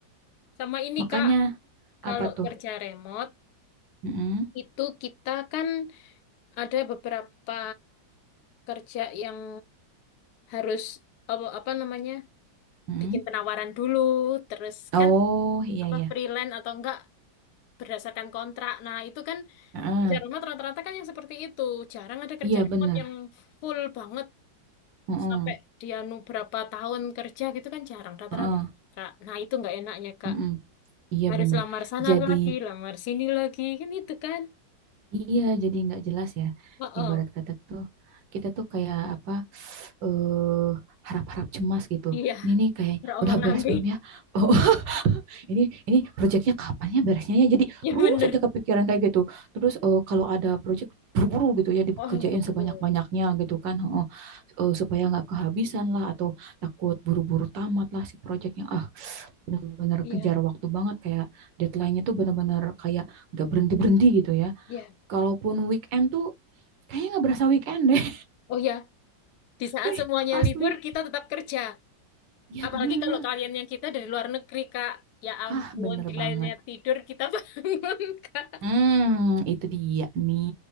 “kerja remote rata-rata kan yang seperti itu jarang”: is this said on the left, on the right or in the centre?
Left